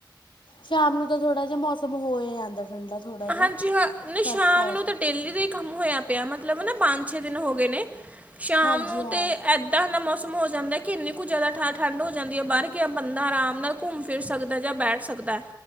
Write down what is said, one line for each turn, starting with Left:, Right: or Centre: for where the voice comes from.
Left: ਸ਼ਾਮ ਨੂੰ ਤਾਂ ਥੋੜਾ ਜਿਹਾ ਮੌਸਮ ਹੋ ਜਾਂਦਾ ਠੰਡਾ ਥੋੜ੍ਹਾ ਜਿਹਾ
Right: ਹਾਂਜੀ ਹਾਂ ਨਹੀਂ
Left: ਫਰਕ
Right: ਸ਼ਾਮ
Left: ਪੈ
Right: ਨੂੰ
Left: ਜਾਂਦਾ
Right: ਤਾਂ ਡੇਲੀ ਦੇ ਗੁੰਮ ਹੋਇਆ ਪਿਆ। ਮਤਲਬ ਨਾ ਪੰਜ ਛੇ ਦਿਨ ਹੋ ਗਏ ਨੇ। ਸ਼ਾਮ
Left: ਹਾਂਜੀ
Right: ਨੂੰ
Left: ਹਾਂ
Right: ਤੇ ਇ ਇੱਦਾ ਦਾ ਮੌਸਮ ਹੋ ਜਾਂਦਾ ਕਿ ਇੰਨੀ ਕੁ ਜ਼ਿਆਦਾ ਠ ਠੰਢ ਹੋ ਜਾਂਦੀ ਹੈ ਬਾਹਰ ਗਿਆ ਬੰਦਾ ਆਰਾਮ ਨਾਲ। ਘੁੰਮ ਫਿਰ ਸਕਦਾ ਜਾਂ ਬੈਠ ਸਕਦਾ ਹੈ